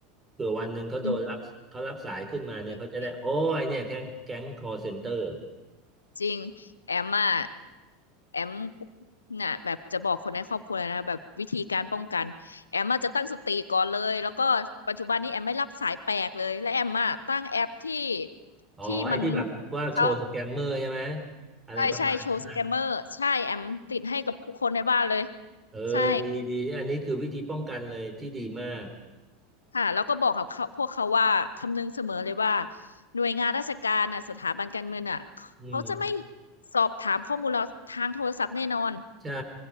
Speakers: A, on the right (about 15°); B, on the left (about 85°).
A: เผื่อวันหนึ่งเขาโดนรับเขารับสายขึ้นมาเนี่ยเขาจะได้โอ้ไอเนี่ยแก๊งแก๊งคอเซ็นเตอร์
B: อืมจริงจริง จริงแอมอ่ะแอมน่ะแบบจะบอกคนในครอบครัวเลยนะแบบวิธีการป้องกันแอมอ่ะจะตั้งสติก่อนเลยแล้วก็ปัจจุบันนี้แอมไม่รับสายแปลกเลยและแอมอ่ะตั้งแอปที่
A: อ๋อไอ้ที่แบบว่าโชว์สแกมเมอร์ใช่ไหม
B: ที่มันเขา
A: อะไรประมาณนั้นนะ
B: ใช่ใช่โชว์สแกมเมอร์ใช่แอมติดให้กับทุกคนในบ้านเลย
A: เออดีดีอันนี้คือวิธีป้องกันเลยที่ดีมาก
B: ใช่ค่ะแล้วก็บอกกับเขาพวกเขาว่าคำนึงเสมอเลยว่าหน่วยงานราชการน่ะสถาบันการเงินน่ะเขาจะไม่
A: อืม
B: สอบถามข้อมูลเราทางโทรศัพท์แน่นอน
A: ใช่